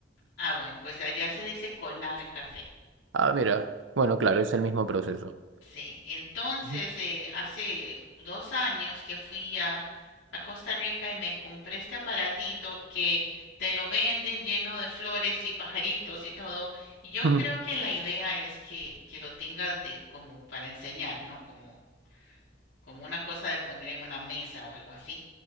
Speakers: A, on the left (about 75°); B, on the right (about 85°).
A: ah, bueno, pues allá se dice colar café.
B: Ah, mira. Bueno, claro, es el mismo proceso.
A: Sí, entonces
B: Ujú.
A: eh, hace dos años que fui a, a Costa Rica y me compré este aparatito que te lo venden lleno de flores y pajaritos y todo. Y yo
B: Ujú.
A: creo que la idea es que, que lo tengas de como para enseñar, ¿no? Como, como una cosa de poner en una mesa o algo así.